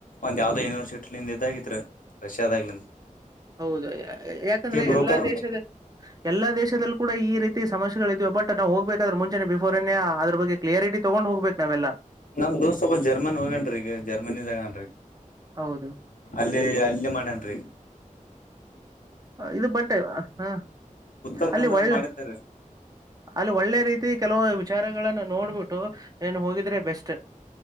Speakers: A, on the left; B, on the right.
A: ಒಂದ್ ಯಾವ್ದ ಯನಿವರ್ಸಟಿ ಇಂದ ಇದ ಇದಾಗಿತ್ ರಷ್ಯಾಾದಾಗ್ಲ
B: ಹೌದು ಯಾಕಂದ್ರೆ
A: ಬ್ರೋಕರ್
B: ಎಲ್ಲಾ ದೇಶದ ಎಲ್ಲ ದೇಶದಲ್ಲಿ ಕೂಡ ಈ ರೀತಿ ಸಮಸ್ಯೆಗಳ ಇದ್ಬಟ್ ನಾವು ಹೋಗ್ಬೇಕಾದ್ರೆ ಮುಂಚೆನೆ ಬಿಫೋರ್ ಅದ್ರ ಬಗ್ಗೆ ಕ್ಲಿಯಾರಿಟಿ ತೊಗೊಂಡು ಹೋಗ್ಬೇಕ ನಾವೆಲ್ಲ
A: ನಮ್ ದೋಸ್ ಸ್ವಲ್ಪ ಜರ್ಮನ್ ಹೋಗೇನ್ ಈಗ ಜರ್ಮನಿ ಇದಾಗನ್
B: ಹೌದು
A: ಅಲ್ಲ ಅಲ್ಲೇ ಮಾಡೇನ್ರಿ
B: ಇದು ಬಟ್ಟೆ ಹ
A: ಉತ್ತರ
B: ಅಲ್ಲಿ
A: ಕನ್ನಡದಾಗ
B: ಒಳ್ಳೆ
A: ಮಾಡಿದ್ದಾರೀ
B: ಅಲ್ಲಿ ಒಳ್ಳೆ ರೀತಿ ಕೆಲವು ವಿಚಾರಗಳಗಳನ್ನು ನೋಡ್ಬಿಟ್ಟು ಏನ್ ಹೋಗಿದ್ರೆ ಬೆಸ್ಟ್